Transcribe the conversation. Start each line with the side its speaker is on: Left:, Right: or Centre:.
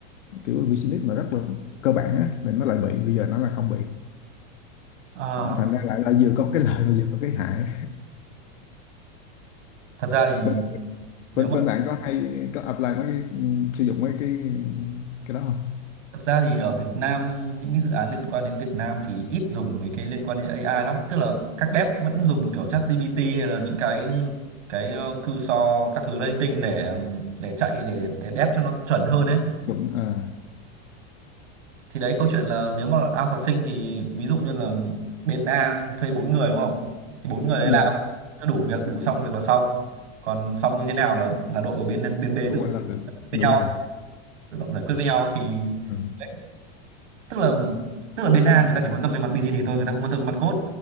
Left: kiểu business mà rất là cơ bản á thì nó lại bị bây giờ nó là không bị
Right: Ờ,
Left: À, thành ra là, là vừa có cái lợi mà vừa có cái hại
Right: thật ra thì
Left: bên,
Right: nếu
Left: bên,
Right: mà
Left: bên bạn có hay có apply mấy cái ừ, sử dụng mấy cái cái đó không
Right: thật ra thì ở Việt Nam những cái dự án liên quan đến Việt Nam thì ít dùng mấy cái liên quan đến AI lắm, tức là các dev vẫn dùng kiểu ChatGPT hay là những cái cái ờ, cursor các thứ linh tinh để để chạy để để dev cho nó chuẩn hơn ấy.
Left: đúng à
Right: thì đấy câu chuyện là nếu mà out học sinh thì ví dụ như là bên A thuê bốn người đúng không thì bốn người đấy
Left: ừ.
Right: làm cứ đủ việc đủ xong việc là xong còn xong như thế nào là là đội của bên bên B
Left: đúng
Right: tự
Left: rồi là tự-
Right: với
Left: đúng
Right: nhau
Left: rồi
Right: tự động giải quyết với nhau thì
Left: ừ.
Right: đấy, tức là tức là bên A người ta chỉ quan tâm về mặt business thôi người ta không quan tâm về mặt code